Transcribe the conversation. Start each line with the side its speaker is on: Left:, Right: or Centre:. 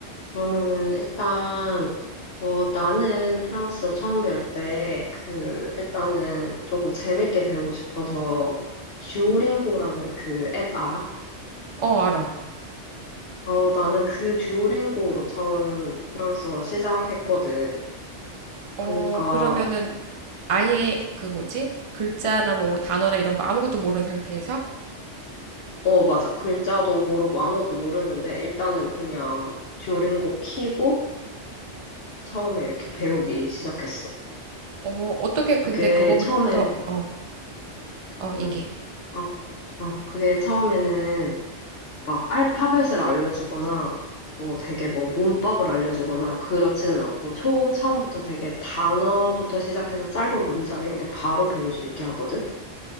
Left: 그러면은 일단, 어, 나는 프랑스어 처음 배울 때, 그, 일단은 조금 재밌게 배우고 싶어서, 듀오링고라는 그 앱 알아?
Right: 어, 알아.
Left: 어, 나는 그 듀오링고로 처음 프랑스어 시작했거든.
Right: 어,
Left: 그니까,
Right: 그러면은 아예 그 뭐지? 글자나 뭐 단어나 이런 거 아무것도 모르는 상태에서
Left: 어, 맞아. 글자도 모르고 아무것도 모르는데, 일단은 그냥 듀오링고 키고, 처음에 이렇게 배우기 시작했어.
Right: 어, 어떻게 근데
Left: 그게
Right: 그거부터
Left: 처음에,
Right: 어, 어, 얘기해.
Left: 응, 어, 어, 그게 처음에는 막 알파벳을 알려주거나, 뭐 되게 뭐 문법을 알려주거나 그렇지는 않고 처음 처음부터 되게 단어부터 시작해서 짧은 문장 이렇게 바로 배울 수 있게 하거든?